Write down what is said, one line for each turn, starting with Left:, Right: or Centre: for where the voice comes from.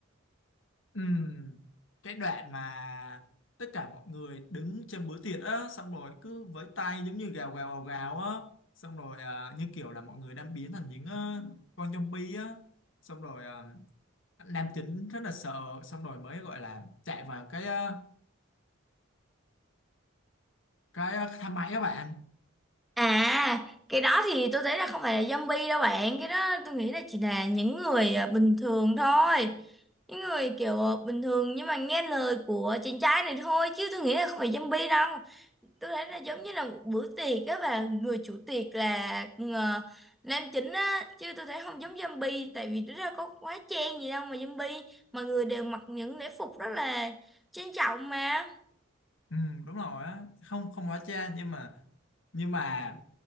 Left: Ừm, cái đoạn mà tất cả mọi người đứng trên bữa tiệc á xong rồi cứ với tay giống như gào gào gào gào á xong rồi à, như kiểu là mọi người đang biến thành những ờ, con zombie á xong rồi à, nam chính rất là sợ xong rồi mới gọi là chạy vào cái ờ, cái ờ, thang máy á bạn
Centre: à cái đó thì tôi thấy là không phải là zombie đâu bạn cái đó tôi nghĩ là chỉ là những người ờ, bình thường thôi những người kiểu ờ, bình thường nhưng mà nghe lời của chàng trai này thôi chứ tôi nghĩ là không phải zombie đâu tôi thấy là giống như là một bữa tiệc á và người chủ tiệc là ờ, nam chính á chứ tôi thấy không giống zombie tại vì nó ra có quá chen gì đâu mà zombie mọi người đều mặc những lễ phục rất là trang trọng mà
Left: Ừ, đúng rồi á không không hóa trang nhưng mà nhưng mà